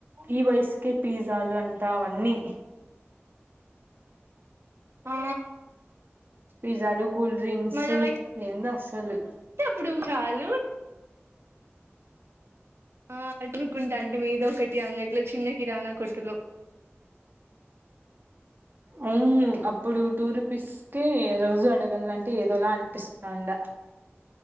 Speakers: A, on the right (about 50°); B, on the right (about 65°).
A: ఈ వయసుకే పిజ్జాలు అంటా అవన్నీ
B: ఆ
A: పిజ్జాలు కూల్ డ్రింక్స్
B: మనమైతే
A: ఏంది అసలు <inaudible>
B: అప్పుడు చాలు ఆ అనుకుంటా ఆంటీ మీదోకటి అంగట్లో చిన్న కిరాణా కొట్టులో
A: అవును ఆ ఇప్పుడు టూ రూపీస్ కే రోజు అడగలంటే ఏదోలా అనిపిస్తాండ